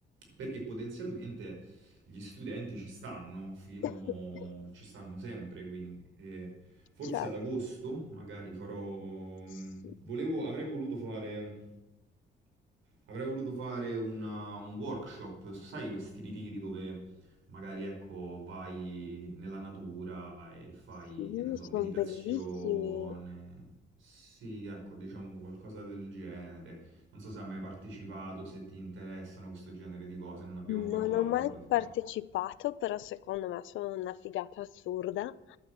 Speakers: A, on the right; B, on the left.
A: perché potenzialmente gli studenti ci stanno fino,
B: <coughs>
A: ci stanno sempre, quindi e forse
B: Cioè,
A: ad agosto magari farò, mm,
B: sì,
A: volevo, avrei voluto fare... Avrei voluto fare una- un workshop, sai questi ritiri dove Magari ecco, vai nella natura e fai,
B: sì,
A: che ne so,
B: sono
A: meditazione.
B: bellissimi.
A: Sì, ecco, diciamo qualcosa del genere. Non so se hai mai partecipato, se ti interessano questo genere di cose, non abbiamo parlato
B: Non ho mai
A: in realtà.
B: partecipato,
A: <laughs>
B: però secondo me sono una figata assurda,